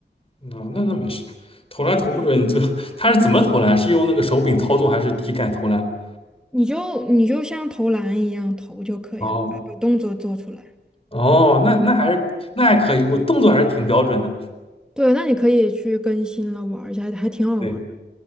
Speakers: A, on the left; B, in the centre.
A: 那那那没事，投篮投不准你就 <laughs> 他是怎么投篮？是用那个手柄操纵还是体感投篮？
B: 你就你就像投篮一样投就可以了，
A: 哦
B: 把把动作做出来。
A: 哦，那那还是那还可以，我动作还是挺标准的。
B: 对，那你可以去更新了玩儿一下，还挺好玩儿的
A: 对，